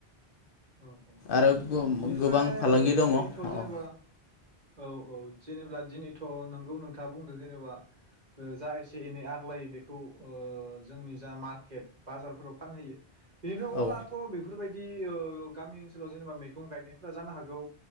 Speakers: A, on the right; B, on the left.
A: औ औ
B: आरो
A: बिनिफ्राय
B: गोबां फालांगि
A: ओ
B: दङ
A: दिनैथ'
B: औ औ
A: जेनेबा औ औ जेनेबा दिनैथ' थ' नोंगौ नोंथाङा बुंदों जेनेबा जा एसे एनै आग्लायो बेखौ ओ जोंनि जा मार्केट बाजारफोराव फानहैयो बेनिफ्राय
B: औ
A: अब्लाथ' बेफोरबायदि दि ओ गामि ओनसोलाव जेनेबा मैगं गायनायफोरा जानो हागौ